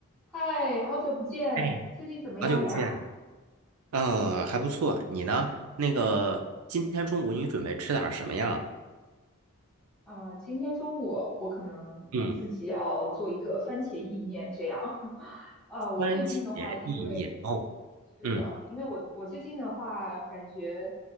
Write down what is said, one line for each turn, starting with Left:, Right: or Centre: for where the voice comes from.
Centre: 嗨，好久不见，
Right: 哎，
Centre: 最近怎么样呀？
Right: 好久不见，嗯，还不错。你呢？那个，今天中午你准备吃点儿什么呀？
Centre: 呃，今天中午我可能呃自己要做一个番茄意面这样。
Right: 嗯，
Centre: <laughs> 呃，我最近的话，
Right: 番茄意面哦。
Centre: 因为是的，
Right: 嗯
Centre: 因为我我最近的话，感觉